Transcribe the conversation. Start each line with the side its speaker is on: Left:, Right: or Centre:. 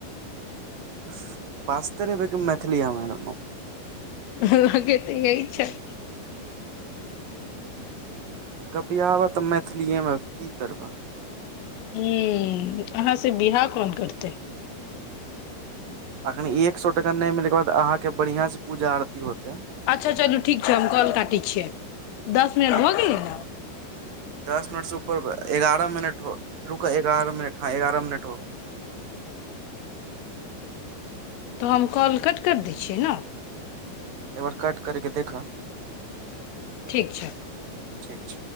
Right: ब पास्तरे ब मैथिलथलीिया मैम
Left: ब लगे तऽ य छै
Right: गपिआबह तऽ मैथिलीएमे की करबह
Left: ह अहाँ से बिवाह कोन करतै
Right: अखन एक सए टाका नहि मिलयके बाद अहाँके बढ़िआं से पूजा आरती होतै
Left: अच्छा चलू ठीक छै हम कॉल काटै छियै दस मिनट
Right: आ
Left: भऽ गेलै ने
Right: दस मिनट से ऊपर एगारह मिनट हो रुक एगारह मिनट हँ एगारह मिनट हो
Left: तऽ हम कॉल कट करि दै छियै ने
Right: एकबार कट करके देखऽ
Left: ठीक छै प
Right: ठीक छै